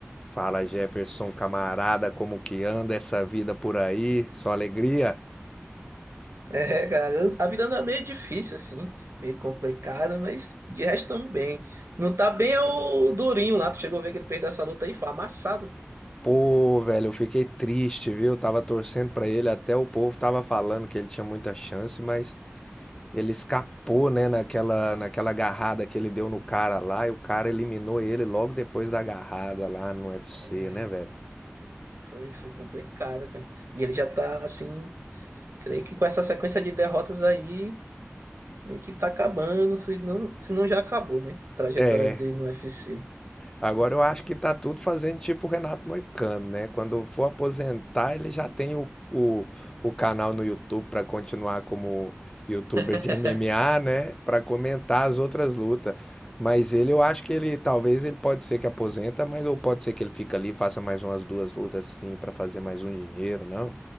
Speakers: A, on the left; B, on the right.
A: Fala Jefferson, camarada, como que anda essa vida por aí? Só alegria?
B: É, cara, a vida anda meio difícil, assim, meio complicada, mas de resto tamo bem. Não tá bem é o Durinho lá, tu chegou a ver que ele perdeu essa luta aí, foi amassado.
A: Pô, velho, eu fiquei triste, viu? Tava torcendo pra ele, até o povo tava falando que ele tinha muita chance, mas ele escapou, né, naquela, naquela agarrada que ele deu no cara lá, e o cara eliminou ele logo depois da agarrada lá no UFC,
B: É,
A: né, velho?
B: Foi, foi complicado, cara. E ele já tá assim, creio que com essa sequência de derrotas aí, meio que tá acabando, se não, se não já acabou, né? A trajetória
A: É,
B: dele no UFC.
A: Agora eu acho que tá tudo fazendo tipo o Renato Moicano, né? Quando for aposentar, ele já tem o, o, o canal no YouTube para continuar como youtuber
B: <laughs>
A: de MMA, né? Para comentar as outras lutas. Mas ele, eu acho que ele, talvez ele pode ser que aposenta, mas ou pode ser que ele fica ali, e faça mais umas duas lutas assim para fazer mais um dinheiro, não?